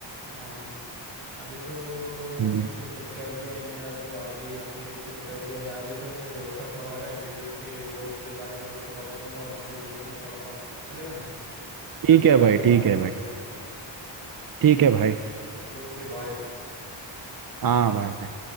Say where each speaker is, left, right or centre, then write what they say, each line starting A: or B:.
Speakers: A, on the right; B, on the right.
A: हाँ हाँ हाँ अभी तो क्या
B: हम्म,
A: मैंने तो सेट कर दिया है मेरा गोल आप भी आपने भी सेट कर दिया है अभी तो मेरे दोस्त का कॉल आ रहा है मैं भी उसके गोल के बारे में उसको बता दूंगा और नॉलेज दे दूंगा थोड़ा बहुत चलेगा ना मैं
B: ठीक
A: आपसे
B: है
A: बाद
B: भाई
A: में बात
B: ठीक है
A: कर
B: भाई
A: दूंगा
B: ठीक है भाई
A: Okay bye
B: हाँ भाई